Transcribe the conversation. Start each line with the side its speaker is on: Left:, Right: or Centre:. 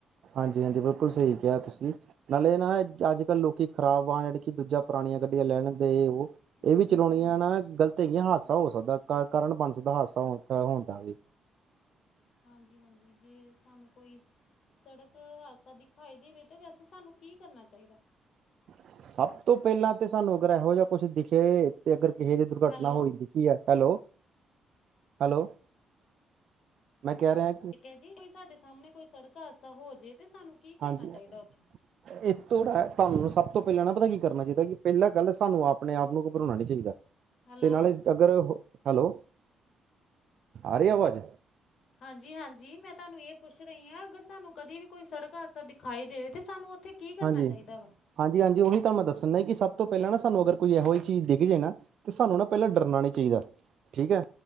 Right: ਹਾਂਜੀ- ਹਾਂਜੀ। ਬਿਲਕੁਲ ਸਹੀ ਕਿਹਾ ਤੁਸੀਂ। ਨਾਲੇ ਨਾ ਅੱਜ-ਕਲ ਲੋਕੀ ਖਰਾਬ ਵਾਹਨ ਕਿ ਦੂਜਾ, ਪੁਰਾਣੀਆਂ ਗੱਡੀਆਂ ਲੈ ਲੈਂਦੇ ਔਹ। ਇਹ
Left: ਹਾਂਜੀ
Right: ਵੀ ਚਲਾਉਣੀਆਂ
Left: ਹਾਂਜੀ
Right: ਨਾ ਗ਼ਲਤ ਹੈਗੀਆ, ਹਾਦਸਾ ਹੋ ਸਕਦੈ। ਕਕ-ਕਾਰਨ ਬਣ ਸਕਦੇ, ਹਾਦਸਾ ਹਸ ਹੋਣ ਦਾ ਵੀ
Left: ਹਾਂਜੀ-ਹਾਂਜੀ। ਜੇ ਸਾਨੂੰ ਕੋਈ ਸੜਕ ਹਾਦਸਾ ਦਿਖਾਈ ਦੇਵੇ ਤੇ ਵੈਸੇ ਸਾਨੂੰ ਕੀ ਕਰਨਾ ਚਾਹੀਦੈ?
Right: ਸਭ ਤੋਂ ਪਹਿਲਾਂ ਤੇ ਸਾਨੂੰ ਅਗਰ ਐਹੋ ਜਿਹਾ ਕੁਛ ਦਿਖੇ ਤੇ ਅਗਰ ਕਿਸੇ ਦੀ ਦੁਰਘਟਨਾ
Left: ਹੈਲੋ
Right: ਹੋਈਦੀ ਕੀ ਐ? Hello, hello! ਮੈਂ ਕਹਿ ਰਿਆ
Left: ਏ ਜੀ। ਕੋਈ ਸਾਡੇ ਸਾਹਮਣੇ ਕੋਈ ਸੜਕ ਹਾਦਸਾ ਹੋ ਜਏ ਤੇ ਸਾਨੂੰ ਕੀ ਕਰਨਾ
Right: ਹਾਂਜੀ-ਹਾਂ।
Left: ਚਾਹੀਦਾ ਉੱਥੇ
Right: ਇਹ ਤੋੜਾ ਤੁਹਾਨੂੰ ਸਭ ਤੋਂ ਪਹਿਲਾਂ, ਨਾ ਪਤਾ ਕੀ ਕਰਨਾ ਚਾਹੀਦਾ? ਕਿ ਪਹਿਲਾਂ ਗੱਲ ਸਾਨੂੰ ਆਪਣੇ ਆਪ ਨੂੰ ਘਬਰਾਉਣਾ ਨੀ ਚਾਹੀਦਾ।
Left: ਹੈਲੋ
Right: ਤੇ ਨਾਲੇ, ਅਗਰ ਹੈਲੋ। ਆ ਰੀ ਐ ਆਵਾਜ਼?
Left: ਹਾਂਜੀ-ਹਾਂਜੀ। ਮੈਂ ਤੁਹਾਨੂੰ ਇਹ ਪੁੱਛ ਰਹੀ ਆ ਅਗਰ ਸਾਨੂੰ ਕਦੇ ਵੀ ਕੋਈ ਸੜਕ ਹਾਦਸਾ ਦਿਖਾਈ ਦੇਵੇ ਤੇ ਸਾਨੂੰ ਉੱਥੇ ਕੀ ਕਰਨਾ
Right: ਹਾਂਜੀ-ਹਾਂਜੀ-ਹਾਂਜੀ।
Left: ਚਾਹੀਦਾ ਵਾ
Right: ਉਹੀ ਤਾਂ ਮੈਂ ਦੱਸਨਾ ਕਿ ਸਭ ਤੋਂ ਪਹਿਲਾਂ ਨਾ ਸਾਨੂੰ ਅਗਰ ਕੋਈ ਐਹੋ ਜਿਹੀ ਚੀਜ਼ ਦਿਖ ਜੇ ਨਾ ਤੇ ਸਾਨੂੰ ਨਾ ਪਹਿਲਾਂ ਡਰਨਾ ਨੀ ਚਾਹੀਦਾ। ਠੀਕ ਐ